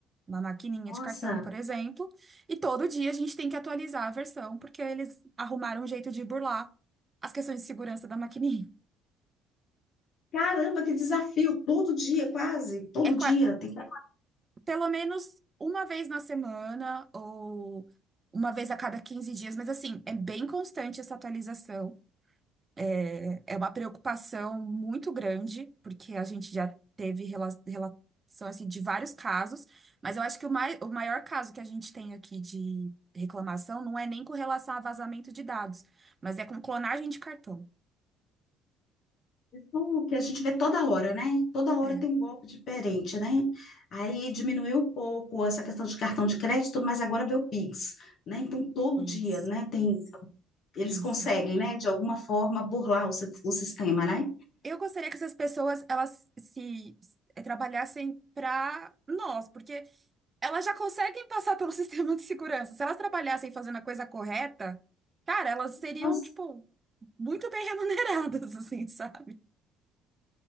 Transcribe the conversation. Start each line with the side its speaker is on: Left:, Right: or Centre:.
Right: uma maquininha
Left: Nossa,
Right: de cartão, por exemplo, e todo dia a gente tem que atualizar a versão, porque eles arrumaram um jeito de burlar as questões de segurança da maquininha.
Left: caramba, que desafio! Todo dia, quase, todo
Right: É
Left: dia
Right: qua-
Left: tem que
Right: pelo menos uma vez na semana ou uma vez a cada 15 dias, mas assim, é bem constante essa atualização. É é uma preocupação muito grande, porque a gente já teve rela- relação assim, de vários casos, mas eu acho que o, mai- o maior caso que a gente tem aqui de reclamação não é nem com relação a vazamento de dados, mas é com clonagem de cartão.
Left: isso que a gente vê toda hora, né? Toda hora
Right: É,
Left: tem um golpe diferente, né? Aí diminuiu um pouco essa questão de cartão de crédito, mas agora vê o Pix, né? Então, todo
Right: isso,
Left: dia, né? Tem, eles
Right: isso.
Left: conseguem, né? De alguma forma burlar o, sis- o sistema, né?
Right: Eu gostaria que essas pessoas elas se se- trabalhassem para nós, porque elas já conseguem passar pelo <laughs> sistema de segurança. Se elas trabalhassem fazendo a coisa correta, cara, elas seriam,
Left: Nossa,
Right: tipo muito bem remuneradas, <laughs> assim, sabe?